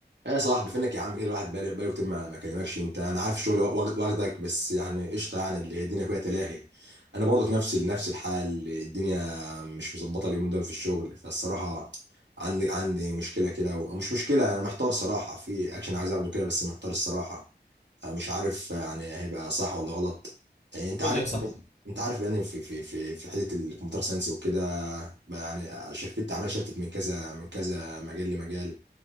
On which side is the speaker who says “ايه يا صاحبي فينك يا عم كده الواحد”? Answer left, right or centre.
Right